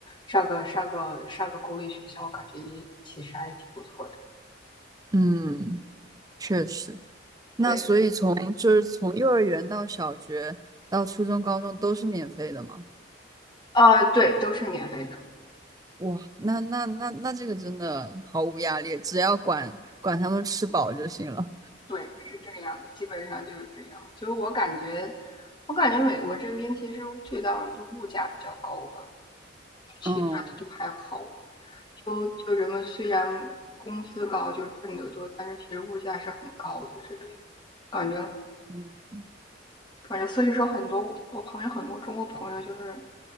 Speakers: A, on the left (about 25°); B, on the right (about 20°).
A: 上个上个上个公立学校，感觉也其实还挺不错的。
B: 嗯，确实。那所以从就是从幼儿园到小学到初中、
A: 对，
B: 高中都是免费的吗？
A: 呃，对，都是免费的。
B: 哇，那那那那这个真的毫无压力，只要管管他们吃饱就行了。
A: 对，是这样的，基本上就是这样。就是我感觉，我感觉美国这边其实最大的就物价比较高吧，其他的都还好。
B: 哦。
A: 就就人们虽然工资高，就挣得多，但是其实物价是很高的。这边感觉
B: 嗯
A: 反正所以说很多我旁边很多中国朋友就是